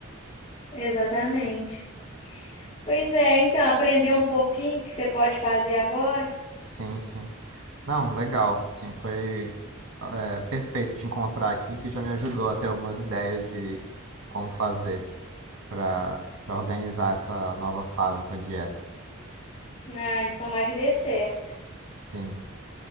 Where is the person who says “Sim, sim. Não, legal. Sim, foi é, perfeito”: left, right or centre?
Right